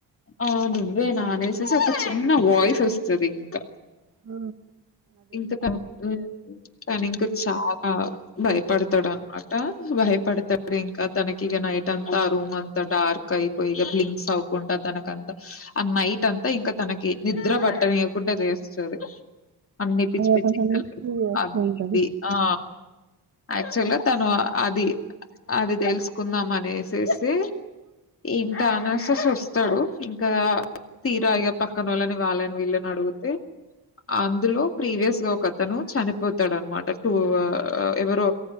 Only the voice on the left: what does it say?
ఆ నువ్వే నా అనేసేసి ఒక చిన్న వాయిస్ వస్తది ఇంక
ఇంక త హ్ తను ఇంక చాలా భయపడతాడు అనమాట భయపడతాడు ఇంకా తనకి ఇగ నైట్ అంతా ఆ రూమ్ అంతా డార్క్ అయిపోయి ఇగ బ్లింక్స్ అవుకుంట తనకంతా అ నైట్ అంతా ఇంకా తనకి నిద్ర బట్టనియకుండా చేస్తది అన్ని పిచ్చి
పిచ్చి
కలలు
అవ్వి
ఇవ్వీ ఆ యాక్చువల్ గా తను అది అది తెలుసుకుందాం అనేసేసి ఇంకా అనాసస్ వస్తడు కా తీరా ఇగా పక్కనోళ్ళని వాళ్ళని వీళ్ళని అడిగితే అందులో ప్రీవియస్గా ఒక అతను చనిపోతాడనమాట టూ ఆ ఎవరో